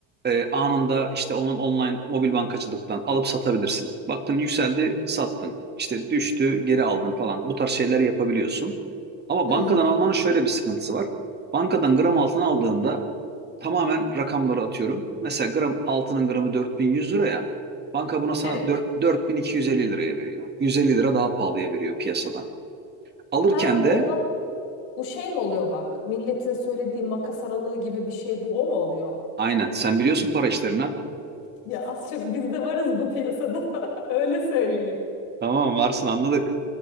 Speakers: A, on the right (about 20°); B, on the left (about 80°).
A: e, anında işte onun online mobil bankacılıktan alıp satabilirsin. Baktın yükseldi, sattın. İşte düştü, geri aldın falan. Bu tarz şeyler yapabiliyorsun. Ama
B: Hı
A: bankadan
B: hı.
A: almanın şöyle bir sıkıntısı var. Bankadan gram altın aldığında tamamen rakamları atıyorum. Mesela gram altının gramı 4100 lira ya. Banka buna sana
B: Evet.
A: 4, 4250 liraya veriyor. 150 lira daha pahalıya veriyor piyasadan. Alırken
B: Ha bu
A: de
B: o zaman bu şey mi oluyor bak? Milletin söylediği makas aralığı gibi bir şey bu o mu oluyor?
A: aynen sen biliyorsun para işlerini ha.
B: Ya az çok biz de varız bu piyasada. <laughs> Öyle söyleyeyim.
A: Tamam varsın anladık.